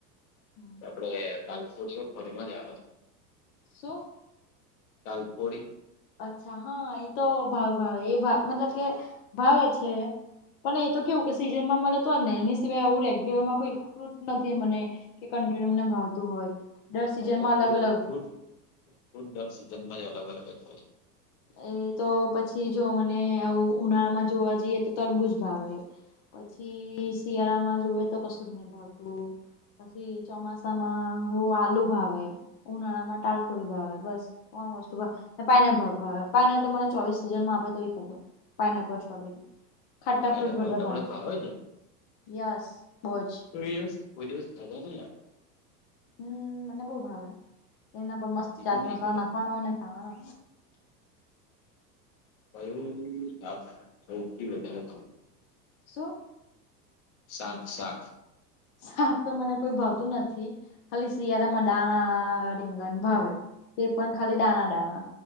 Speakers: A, on the left (about 40°); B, on the left (about 55°).
A: હમ્મ
B: આપડે દાલ ફોડીઓ ફર મજા આવે
A: શું?
B: દાળફોડી
A: અચ્છા હા એ તો ભાવ ભાવે, એ મતલબ કે ભાવે છે. પણ એ તો કેવું કે સિઝનમાં મળે તોને, એની સિવાય આવું રેગ્યુલર માં કોઈ ફ્રૂટ નથી મને કે કન્ટિન્યુ મને ભાવતું હોય. દર સિઝનમાં
B: હા તો ફુટ
A: અલગ અલગ
B: ફ્રૂટ ફ્રૂટ ડર સિઝનમાં જ અલગ અલગ જ હોય.
A: એ તો પછી જો મને આવું ઉનાળામાં જોવા જઈએ તો તડબુંજ ભાવે. પછી શિયાળામાં જોવે તો કશુંજ નહી ભાવતું. પછી ચોમાસામાં હું આલુ ભાવે. ઉનાળામાં ટાલફોડી ભાવે, બસ ત્રણ વસ્તુ ભા, ને પાયને ભા ભાવે, પાઇને તો મને ચોવીસ સીઝનમાં આપે તોઇ ખાઇ લઉ, પાઇનેપલ, સ્રોબેરી. ખટ્ટા
B: પાઇનેપલ
A: ફ્રૂટ વધારે
B: તમને
A: ભાવે,
B: છે
A: યસ બોજ.
B: પૂરી રસ, કોઈ દિવસ ખાધા નહીં યાર.
A: હમ્મ, મને બહુ ભાવે, એના પર મસ્ત
B: કીધું
A: ચાટ
B: નહીં
A: મસાલો
B: કોઈ
A: નાખવાનો
B: દાડો.
A: અને ખાવાનો.
B: <unintelligible> પરવડી ની શાક શૌથી વધારે ગમે.
A: શું?
B: શાક સાક
A: શાક તો મને કોઈ ભાવતું નથી, ખાલી શિયાળામાં દાણા, રીંગણ ભાવે. તે પણ ખાલી દાણા દાણા,